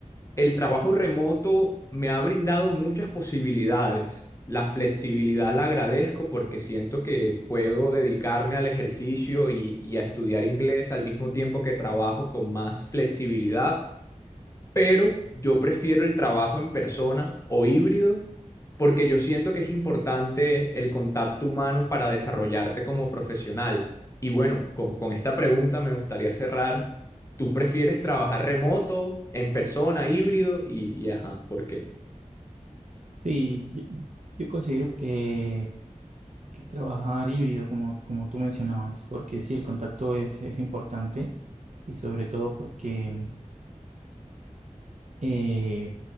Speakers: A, on the left (about 20°); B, on the right (about 65°).
A: el trabajo remoto me ha brindado muchas posibilidades. La flexibilidad la agradezco porque siento que puedo dedicarme al ejercicio y, y a estudiar inglés al mismo tiempo que trabajo con más flexibilidad pero yo prefiero el trabajo en persona o híbrido porque yo siento que es importante el contacto humano para desarrollarte como profesional. Y bueno, con, con esta pregunta me gustaría cerrar. ¿Tú prefieres trabajar remoto, en persona, híbrido? Y, y ajá, ¿por qué?
B: Sí, yo yo considero que, que trabajar híbrido, como, como tú mencionabas, porque sí, el contacto es, es importante y sobre todo porque eh,